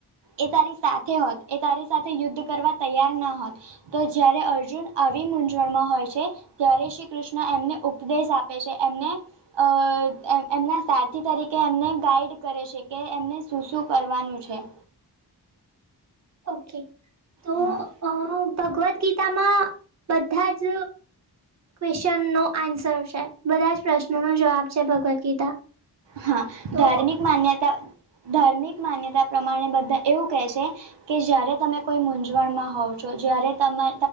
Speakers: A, on the right; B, on the right.
A: એ તારી સાથે હોત, એ તારી સાથે યુદ્ધ કરવા તૈયાર ના હોત. તો જયારે અર્જુન આવી મૂંઝવણમાં હોય છે. ત્યારે શ્રી કૃષ્ણ, એમને ઉપદેશ આપે છે. એમને અ એ એમના સારથી તરીકે એમને ગાઈડ કરે છે. કે એમને શું, શું કરવાનું છે?
B: ઓકે. તો
A: હા.
B: અ ભગવદ્ ગીતામાં બધા જ ક્વેશ્ચનનો આન્સર છે. બધા જ પ્રશ્નોનો જવાબ છે, ભગવદ્ ગીતા.
A: હા,
B: તો
A: ધાર્મિક માન્યતા ધાર્મિક, માન્યતા પ્રમાણે બધા એવું કહે છે કે જ્યારે તમે કોઈ મૂંઝવણમાં હોવ છો, જ્યારે તને